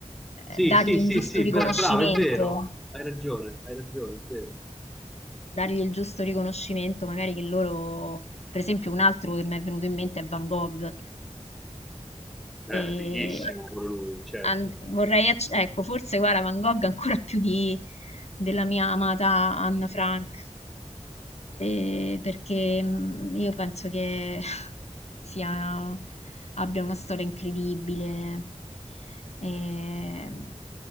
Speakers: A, on the left; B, in the centre.
A: eh,
B: Sì,
A: dargli
B: sì, sì,
A: un giusto
B: sì,
A: riconoscimento,
B: bra- bravo, è vero, hai ragione, hai ragione, è vero.
A: dargli il giusto riconoscimento, magari che loro, per esempio, un altro che mi è venuto in mente è Van Gogh.
B: È
A: E
B: fighissimo pure lui, certo.
A: and- vorrei, acc- ecco, forse guarda Van Gogh ancora più di, della mia amata Anna Frank, eh, perché mh, io penso che <laughs> sia, abbia una storia incredibile. E, mm,